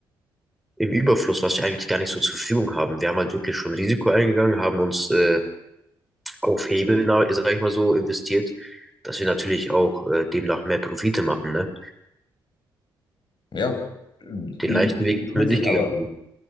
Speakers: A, in the centre; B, on the left (about 55°).
A: im Überfluss, was wir eigentlich gar nicht so zur Verfügung haben. Wir haben halt wirklich schon Risiko eingegangen, haben uns äh, auf Hebel, na- sag ich mal so, investiert, dass wir natürlich auch äh, demnach mehr Profite machen, ne?
B: Ja, nimmt
A: Den leichten Weg
B: nimmt
A: sind
B: mit
A: wir
B: sich,
A: nicht gegangen.
B: aber,